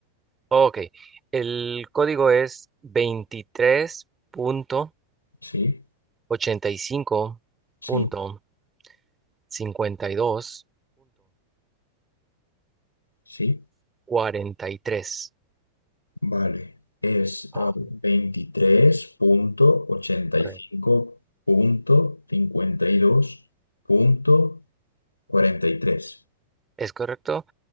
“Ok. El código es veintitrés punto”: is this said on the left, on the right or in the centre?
Right